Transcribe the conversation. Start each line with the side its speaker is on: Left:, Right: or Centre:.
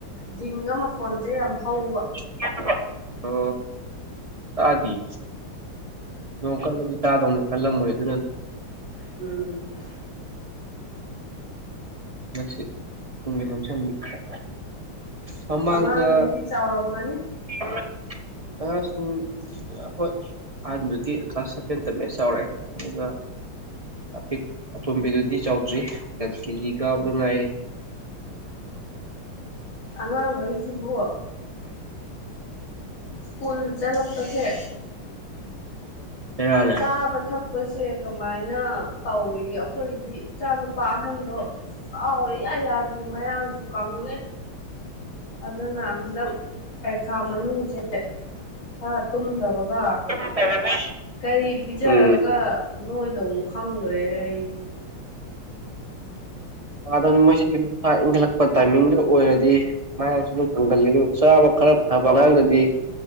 Left: ꯖꯤꯡꯒ ꯃꯈꯣꯟꯁꯦ ꯌꯥꯝ ꯍꯧꯕ
Right: <unintelligible> ꯑꯣ ꯇꯥꯗꯤꯌꯦ ꯅꯣꯡ ꯀꯜꯂꯗꯤ ꯇꯥꯗꯧꯅꯤ ꯀꯜꯂꯝꯃꯣꯏ ꯑꯗꯨꯅꯅꯦ
Left: ꯎꯝ
Right: ꯍꯟꯗꯥꯛꯁꯤ ꯀꯨꯝꯒꯤ ꯅꯣꯡꯁꯤ ꯌꯥꯝ ꯂꯤꯛꯈ꯭ꯔꯦ ꯃꯃꯥꯡꯗ
Left: ꯑꯉꯥꯡꯈꯩꯗꯤ ꯆꯥꯎꯔꯝꯃꯅꯤ
Right: <unintelligible> ꯑꯉꯥꯡꯁꯤꯡ ꯍꯣꯏ ꯑꯍꯥꯟꯗꯨꯗꯤ ꯀ꯭ꯂꯥꯁ ꯁꯚꯦꯟ ꯇꯝꯃꯦ ꯆꯥꯎꯔꯑꯦ ꯑꯗꯨꯒ ꯑꯄꯤꯛ ꯑꯇꯣꯝꯕꯤꯗꯨꯗꯤ ꯆꯥꯎꯗ꯭ꯔꯤ ꯀꯦꯖꯤ ꯀꯥꯕꯗ ꯉꯥꯏꯔꯤ
Left: ꯑꯉꯥꯡꯈꯩꯖꯤꯕꯨ ꯁ꯭ꯀꯨꯜ ꯆꯠꯂꯛꯄꯁꯦ
Right: ꯕꯦꯔꯥꯅꯦ
Left: ꯆꯥꯕ ꯊꯛꯄꯁꯦ ꯀꯃꯥꯏꯅ ꯇꯧꯔꯤꯒꯦ ꯑꯩꯈꯣꯏꯗꯤ ꯏꯆꯥꯅꯨ ꯅꯨꯄꯥ ꯑꯍꯟꯗꯣ ꯆꯥꯎ ꯏꯌꯥ ꯌꯥꯗꯦ ꯃꯌꯥꯡꯁꯨ ꯀꯪꯉꯦ ꯑꯗꯨꯅ ꯍꯟꯗꯛ ꯄꯩꯈꯥ ꯃꯅꯨꯡꯁꯦ ꯈꯔ ꯇꯨꯝꯗꯕꯒ
Right: <unintelligible>
Left: ꯀꯩ ꯄꯤꯖꯔꯒ
Right: ꯎꯝ
Left: ꯅꯣꯏꯗꯧꯅꯣ ꯈꯪꯗ꯭ꯔꯦꯗ ꯑꯩ
Right: ꯌꯥꯗꯕꯅꯤ ꯃꯣꯏꯁꯤ ꯃꯁꯥ ꯏꯟꯈꯠꯂꯛꯄ ꯇꯥꯏꯃꯤꯡꯗꯨ ꯑꯣꯏꯔꯗꯤ ꯃꯌꯥꯡꯁꯨ ꯗꯨꯝ ꯀꯪꯒꯜꯂꯤ ꯑꯗꯨ ꯆꯥꯕ ꯈꯔ ꯐꯕ ꯑꯉꯥꯡꯗꯗꯤ